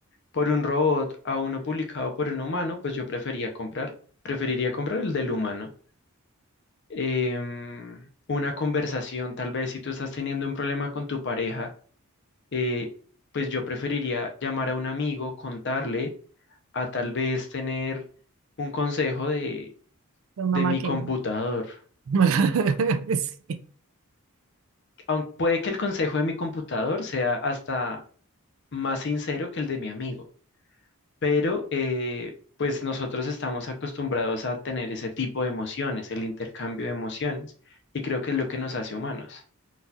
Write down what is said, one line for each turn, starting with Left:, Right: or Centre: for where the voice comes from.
Left: por un robot a uno publicado por un humano, pues yo prefería comprar, preferiría comprar el del humano. Em, una conversación, tal vez si tú estás teniendo un problema con tu pareja, eh, pues yo preferiría llamar a un amigo, contarle, a tal vez tener un consejo de,
Right: de Una
Left: de
Right: máquina.
Left: mi computador.
Right: <laughs> Sí,
Left: Aunque puede que el consejo de mi computador sea hasta más sincero que el de mi amigo, pero eh, pues nosotros estamos acostumbrados a tener ese tipo de emociones, el intercambio de emociones, y creo que es lo que nos hace humanos.